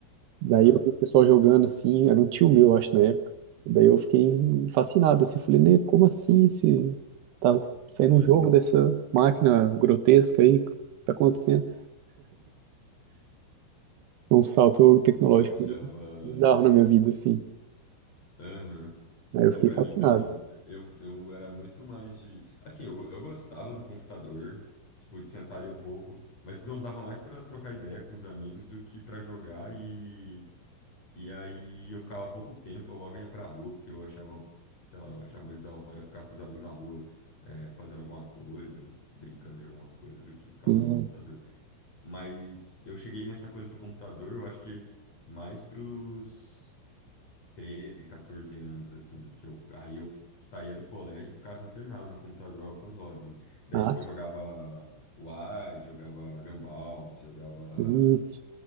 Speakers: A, on the right; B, on the left.
A: Daí
B: Aham,
A: eu vi o pessoal jogando assim, era um tio meu, acho, na época. Daí eu fiquei fascinado, assim, falei, né, como assim se tá saindo
B: uhum.
A: um jogo dessa máquina grotesca aí, o que tá acontecendo? Foi Um salto tecnológico
B: Eu achava.
A: bizarro na minha vida, assim.
B: Aham.
A: Aí eu
B: Não,
A: fiquei
B: para
A: fascinado.
B: mim também. Eu, eu era muito mais de. Assim, eu, eu gostava do computador, tipo, de sentar ali um pouco, mas eu usava mais para trocar ideia com os amigos do que para jogar. E, e aí eu ficava pouco tempo, eu logo ia para rua, porque eu achava, sei lá, eu achava mais da hora ficar com os amigos na rua, é, fazendo alguma coisa, brincando de alguma coisa, do que ficar
A: Assim,
B: lá no computador. Mas eu cheguei nessa coisa do computador, eu acho que mais pros 13, 14 anos, assim, que eu, aí eu saía do colégio, e ficava internado no computador altas horas, né? Daí,
A: nossa,
B: tipo, eu jogava Wide, jogava Gumball, jogava,
A: isso,